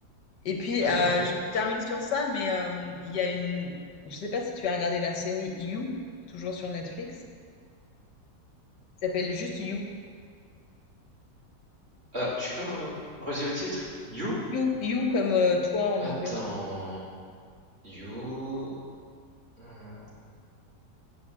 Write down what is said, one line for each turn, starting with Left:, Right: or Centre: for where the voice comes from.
Left: et puis,
Right: <laughs>
Left: euh, je termine sur ça, mais euh, il y a une... Je sais pas si tu as regardé la série You, toujours sur Netflix, qui s'appelle juste You.
Right: Ah, tu peux me re- me redire le titre? You?
Left: You, you comme euh, toi en
Right: Attends.
Left: anglais, tu
Right: You... hmm,